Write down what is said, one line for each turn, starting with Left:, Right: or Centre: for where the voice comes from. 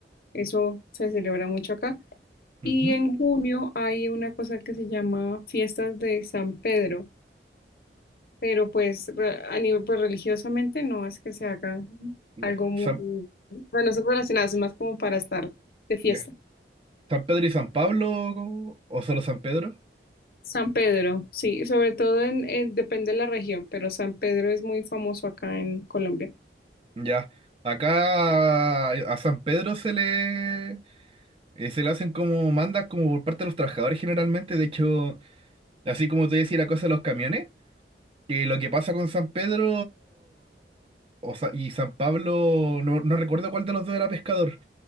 Left: eso se celebra mucho acá. Y
Right: Ujú.
Left: en junio hay una cosa que se llama Fiestas de San Pedro pero pues re- a nivel pues, religiosamente no es que se haga
Right: Ya.
Left: algo muy,
Right: San,
Left: bueno, son relacionadas más como para estar de fiesta.
Right: ya. ¿San Pedro y San Pablo o o solo San Pedro?
Left: San Pedro, sí, sobre todo en, en- depende de la región, pero San Pedro es muy famoso acá en Colombia.
Right: Ya. Acá eh, a San Pedro se le eh, se le hacen como mandas como por parte de los trabajadores generalmente. De hecho, así como te decía la cosa de los camiones, que lo que pasa con San Pedro o Sa- y San Pablo, no, no recuerdo cuál de los dos era pescador.